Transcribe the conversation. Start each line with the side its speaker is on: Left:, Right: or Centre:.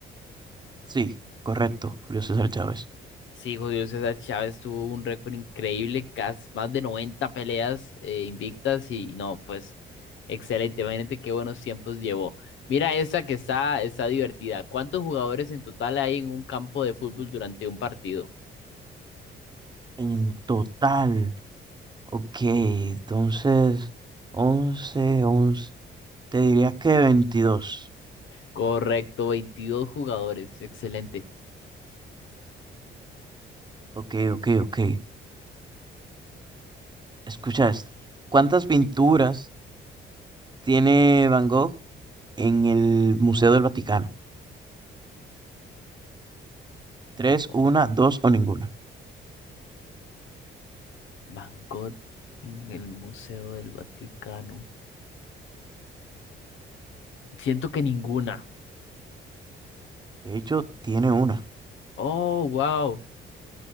Right: Sí, correcto, Julio César Chávez.
Left: Sí, Julio César Chávez tuvo un récord increíble, casi más de 90 peleas eh, invictas y no, pues excelente, imagínate qué buenos tiempos llevó. Mira esa que está, está divertida. ¿Cuántos jugadores en total hay en un campo de fútbol durante un partido?
Right: En total, ok, entonces 11, 11. te diría que 22.
Left: Correcto, 22 jugadores, excelente.
Right: Ok, ok, ok. Escucha esto. ¿Cuántas pinturas tiene Van Gogh en el Museo del Vaticano? Tres,
Left: Oh,
Right: una, dos o ninguna.
Left: Van en el Museo del Vaticano. Siento que ninguna.
Right: De hecho, tiene una.
Left: Oh, wow.